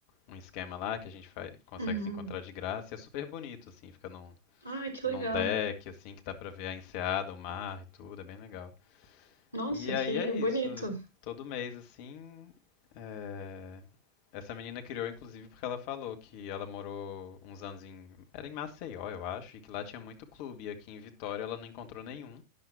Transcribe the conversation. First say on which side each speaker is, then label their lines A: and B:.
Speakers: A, on the left; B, on the left.
A: um, um esquema lá que a gente faz, consegue
B: uhum.
A: se encontrar de graça. E é super bonito, assim. Fica num
B: Ai, que
A: num
B: legal.
A: deck, assim, que dá pra ver a enseada, o mar e tudo, é bem legal.
B: Nossa,
A: E aí
B: que
A: é isso,
B: bonito.
A: todo mês, assim. é, Essa menina criou, inclusive, porque ela falou que ela morou uns anos em. Era em Maceió, eu acho, e que lá tinha muito clube, e aqui em Vitória ela não encontrou nenhum,